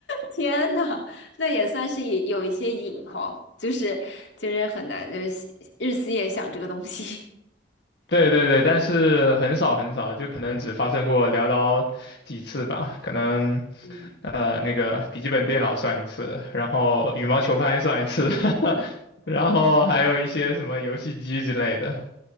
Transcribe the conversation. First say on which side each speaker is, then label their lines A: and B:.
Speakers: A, on the left; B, on the left.
A: 天呐，那也算是也有一些瘾哈，就是就是很难，就是日思夜想这个东西。
B: 对对对，但是很少很少，就可能只发生过寥寥几次吧，可能。
A: <laughs> 嗯。
B: 呃，那个笔记本电脑算一次，然后羽毛球拍算一次，<laughs> 然后还有一些什么游戏机之类的。